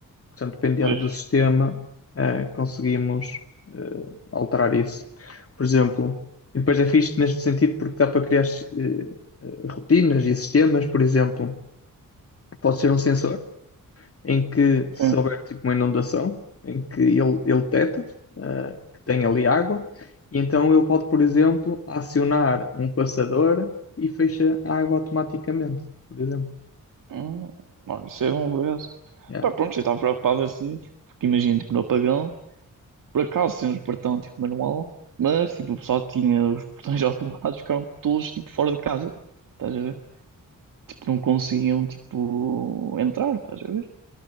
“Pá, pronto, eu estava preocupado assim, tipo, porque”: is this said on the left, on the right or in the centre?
Right